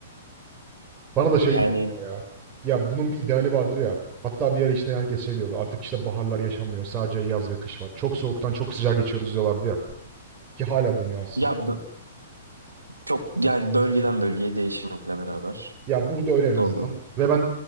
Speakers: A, on the right; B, on the right.
A: Bana da şey
B: Yani
A: gibi geliyor ya. Ya bunun bir ideali vardır ya. Hatta bir ara işte herkes şey diyordu. Artık işte baharlar yaşanmıyor. Sadece yaz ve kış var. Çok soğuktan çok sıcağa geçiyoruz diyorlardı ya. Ki hala deniyor aslında.
B: ya Çok yani bölgeden bölgeye değişmekle beraber.
A: Ya burada öyle en
B: Doğru.
A: azından. Ve ben